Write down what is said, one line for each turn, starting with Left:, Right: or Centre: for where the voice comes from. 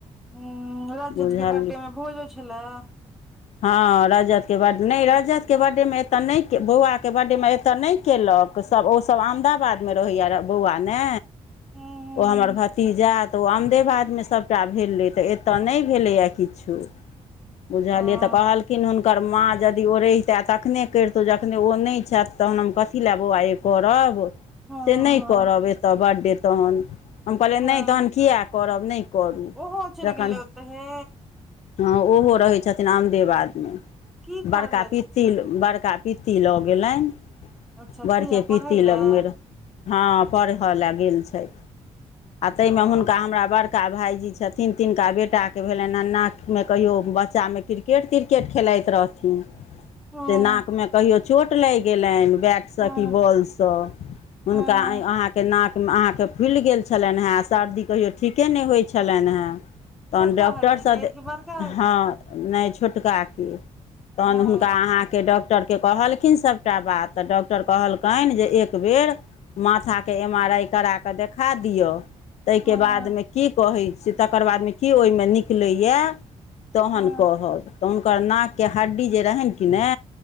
Centre: हू राजत
Left: बुझलियै
Centre: केँ बर्थडे मे भोजो छलैह
Left: हँ रजतके बर्ड नहि रजतके बर्थडेमे एतय नहि बौआके बर्थडेमे एतय नहि केलक सभ ओसभ अहमदाबादमे रहैया बौआ ने
Centre: हूँ
Left: ओ हमर
Centre: हूँ
Left: भतीजय तऽ ओ अमदेबादमे सभटा भेलै तऽ एतय नहि भेलैए किछो बुझालियै
Centre: हूँ
Left: तऽ कहल किन हुनकर माँ यदि ओ रहितै तखने करितहुँ जखने ओ नहि छैथ तहन हम कथी लए बौआ यो करब
Centre: हँ
Left: से नहि
Centre: हँ
Left: करब एतय बर्थडे तखन हम कहलियै
Centre: हँ
Left: नहि
Centre: हँ
Left: तखन किया करब नहि करू
Centre: ओहो चैल
Left: जखन
Centre: गेले उतैहे
Left: हँ ओहो रहैत छथिन आमदेबादमे
Centre: की करै
Left: बड़का
Centre: लए
Left: पिती
Centre: छथिन
Left: बड़का पिती लऽ गेलनि <inaudible>
Centre: अच्छा
Left: बड़के
Centre: किया
Left: पिती
Centre: पढ़ै लए
Left: लगमे रहै हाँ परह लऽ गेल छैथ <inaudible> आ तयमें
Centre: हँ
Left: हुनका हमरा बड़ का भायजी छथिन तिनका बेटाके भेलनि कान में कहियो बच्चामे क्रि क्रिकेट त्रिकेट खेलाइत रहथिन <inaudible>
Centre: हँ
Left: से नाक मे कहियो चोट लाग गेलनि बैट सकी
Centre: हँ
Left: बॉल सऽ हुनका
Centre: हँ हँ
Left: अय अहाँ क नाक में अहाँक त फुइल गेल छलैन है आ सर्दी कहियो ठीके नय होय छलैन है तहन
Centre: छोटका
Left: डॉक्टर
Centre: भाईजी
Left: सँ
Centre: के
Left: दे
Centre: कि बड़का
Left: <inaudible>
Centre: भाईजी
Left: हाँ
Centre: के
Left: नय छोटका केँ <inaudible>
Centre: अ
Left: तहन हुनका अहाँ केँ डॉक टर के कहलखिन सबटा बात तऽ डॉक्टर कहलकैन जे एक बेर माथाक एम आर आई करा कऽ देखा दियौ तै
Centre: हँ
Left: केँ बादमे
Centre: हँ
Left: की कहय छै तकर बाद में की ओय में निकलै या तहन
Centre: हँ
Left: कहब तऽ हुनकर नाक के हड्डी जे रहैन कि ने